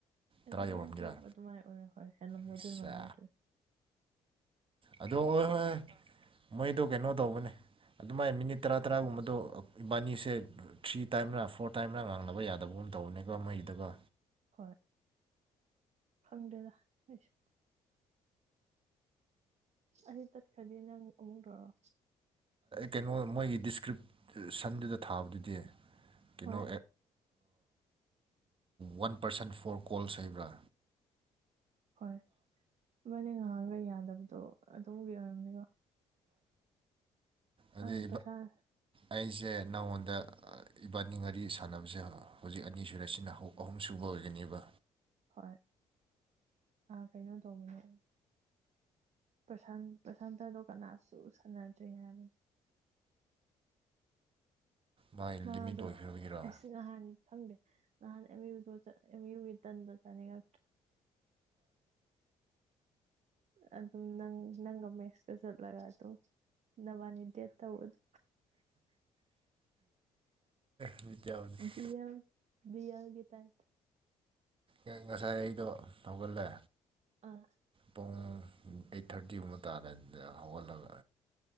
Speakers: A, on the right (about 55°); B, on the right (about 40°).
A: ꯑꯦꯂꯚꯦꯟ
B: ꯇꯔꯥ ꯌꯧꯔꯝꯒꯦꯔꯥ
A: ꯇꯨꯋꯦꯜꯚ ꯑꯗꯨꯃꯥꯏ ꯑꯣꯏꯔꯣ ꯍꯣꯏ ꯍꯅ
B: ꯑꯠꯆꯥ
A: ꯑꯗꯨꯣꯏ ꯃꯥꯟꯅ ꯑꯗꯨꯣꯏ
B: ꯑꯗꯣ ꯍꯣꯏ ꯍꯣꯏꯣꯏ ꯃꯣꯏꯗꯣ ꯀꯩꯅꯣ ꯇꯧꯕꯅꯦ ꯑꯗꯨꯃꯥꯏꯅ ꯃꯤꯅꯤꯠ ꯇꯔꯥ ꯇꯔꯥꯒꯨꯝꯕꯗꯣ ꯏꯕꯥꯅꯤꯁꯦ ꯊ꯭ꯔꯤ ꯇꯥꯏꯝꯔ ꯐꯣꯔ ꯇꯥꯏꯝꯔ ꯉꯥꯡꯅꯕ ꯌꯥꯗꯕꯒꯨꯝ ꯇꯧꯕꯅꯤꯀꯣ ꯃꯩꯗꯒ
A: ꯍꯣꯏ ꯐꯪꯗꯦꯗꯁꯨ ꯑꯩ ꯇꯠꯈ꯭ꯔꯗꯤꯦ ꯅꯪ ꯑꯃꯨꯛ ꯇꯧꯔꯑꯣ
B: ꯀꯩꯅꯣ ꯃꯣꯏꯒꯤ ꯗꯤꯁꯀ꯭ꯔꯤꯞꯁꯟꯗꯨꯗ ꯊꯥꯕꯗꯨꯗꯤ ꯀꯩꯅꯣ
A: ꯍꯣꯏ
B: ꯋꯥꯟ ꯄꯔꯁꯟ ꯐꯣꯔ ꯀꯣꯜꯁ ꯍꯕ꯭ꯔꯥ
A: ꯍꯣꯏ ꯃꯗꯤ ꯉꯍꯥꯛꯒ ꯌꯥꯗꯕ ꯍꯥꯏꯗꯣ ꯑꯗꯨꯝꯒꯤ ꯑꯣꯏꯔꯝꯅꯤꯀꯣ
B: ꯑꯗꯨꯩ
A: ꯑꯥ ꯄ꯭ꯔꯁꯥꯟ
B: ꯑꯩꯁꯦ ꯅꯉꯣꯟꯗ ꯏꯕꯥꯅꯤ ꯉꯔꯤ ꯁꯥꯟꯅꯕꯁꯦ ꯍꯧꯖꯤꯛ ꯑꯅꯤ ꯁꯨꯔꯦꯁꯤꯅ ꯑꯍꯨꯝ ꯁꯨꯕ ꯑꯣꯏꯒꯅꯦꯕ
A: ꯍꯣꯏ ꯀꯩꯅꯣ ꯇꯧꯕꯅꯦ ꯄ꯭ꯔꯁꯥꯟ ꯄ꯭ꯔꯁꯥꯟꯇꯗꯣ ꯀꯅꯥꯁꯨ ꯁꯥꯟꯅꯗ꯭ꯔꯦ ꯍꯥꯏꯕꯅꯦ
B: ꯃꯥꯏ
A: ꯃꯥꯗꯣ
B: ꯂꯤꯃꯤꯠ ꯂꯣꯏꯈ꯭ꯔꯕꯒꯤꯔꯣ
A: ꯑꯩꯁꯨ
B: ꯑ
A: ꯉꯍꯥꯟꯅꯤ ꯈꯪꯗꯦ ꯅ ꯏꯗꯨ ꯏ ꯏꯗ ꯆꯅꯤ꯭ꯔ ꯑꯗꯨ ꯑꯗꯨꯝ ꯅꯪ ꯅꯪꯒꯃꯦꯁ ꯀ ꯆꯠꯂꯒ ꯑꯗꯨ ꯅꯋꯥꯅꯤ ꯗꯦꯠ ꯇꯧꯕꯗꯨ
B: ꯃꯤꯅꯤꯠ ꯀꯌꯥ ꯑꯣꯏ-
A: ꯕꯤꯦꯝ ꯕꯤ ꯑꯒꯤꯦ ꯇꯦꯟ
B: ꯎꯝ ꯉꯁꯥꯏ ꯑꯩꯗꯣ ꯍꯧꯒꯜꯂꯦ
A: ꯑꯥ
B: ꯄꯨꯡ ꯑꯩꯠ ꯊꯥꯔꯇꯤꯒꯨꯝꯕ ꯇꯥꯔꯦꯗ ꯍꯧꯒꯠꯂꯒ